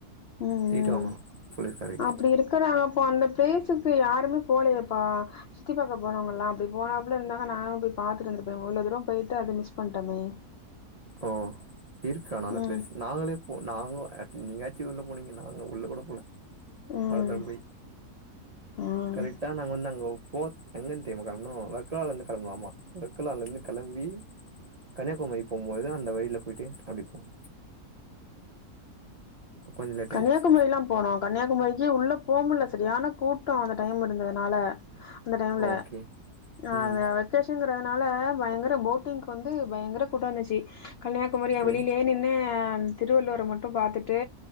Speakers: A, on the left; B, on the right.
A: ம்
B: தீட்டு வாங்குனோ போலீஸ் காரிகிட்
A: அப்டி இருக்கறாங்க அப்போ அந்த ப்ளேஸுக்கு யாருமே போலயேப்பா சுத்தி பாக்க போனவங்கல்லா அப்டி போனா ல இருந்தா நானு போய் பாத்துட்டு வந்தருப்பே இவ்லோ துரோ போயிட்டு அத மிஸ் பண்டமே
B: ஓ இருக்கு ஆனா
A: ம்
B: அந்த ப்ளேஸ் நாங்களே போ நாங்லு அட் நீங்காச்சு உள்ள போனீங்க நாங்க உள்ள கூட போல
A: ம்
B: அவ்ளத்துற்ம்பொய்
A: ம்
B: கரெக்டா நாங்க வந்து அங்கோ போத் எங்கந் தெரிய்மா களம்புனோ வர்க்ளாலேந்து களம்புனோ வர்க்கலாலேந்து களம்பி கன்னியாகுமரி போம்போதுதா அந்த வழில பொய்ட்டு அப்டி போனோ கொஞ்சோ லேட்
A: கன்னியாகுமரி
B: ஆயிடுச்சு
A: எல்லா போனோ கன்னியாகுமாரிக்கே உள்ள போகமுல்ல சரியான கூட்டோ அந்த டைம் இருந்ததுனால அந்த டைமுல
B: ஓகே
A: <unintelligible>
B: ம்
A: கேஷன்ங்குறதுனால பயங்கர போட்டிங்க் வந்து பயங்கர கூட்ட வந்துச்சு கன்னியாகுமரிய
B: ஓகே
A: வெளிலே நின் நே அம் திருவள்ளுவர மட்டு பாத்துட்டு